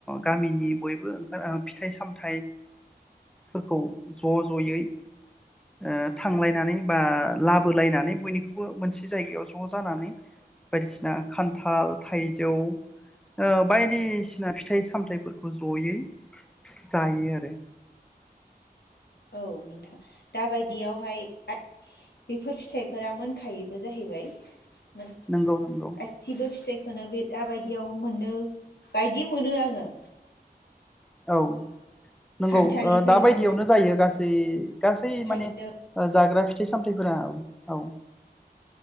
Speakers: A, in the centre; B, on the left (about 90°).
A: गामिनि बयबो ओ फिथाइ सामथाइफोरखौ ज' ज'यै ओ थांलायनानै बा लाबोलायनानै बयनिखौबो मोनसे जायगायाव ज' जानानै बायदिसिना खान्थाल, थाइजौ ओ बायदिसिना फिथाइ सामथाइफोरखौ जयै जायो आरो।
B: औ नोंथां। दाबायद बियावहाय आथ बेफोर फिथाइफोरा मोनखायोबो जाहैबाय। गासिबो
A: नंगौ नंगौ
B: फिथाय बे दाबायदियाव मोनो बायदि मोनो आङो।
A: औ। नंगौ
B: खान्थालनिफ्राय
A: ओ दाबायदियावनो
B: लानानै
A: जायो गासै गासै
B: थाइजौ
A: माने जाग्रा फिथाइ सामथाइफोरा औ औ